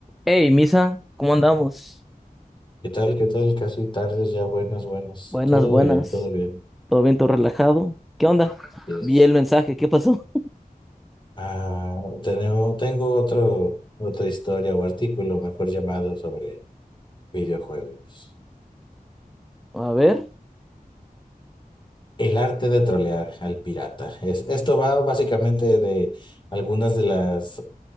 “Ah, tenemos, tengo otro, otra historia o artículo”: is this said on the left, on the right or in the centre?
Left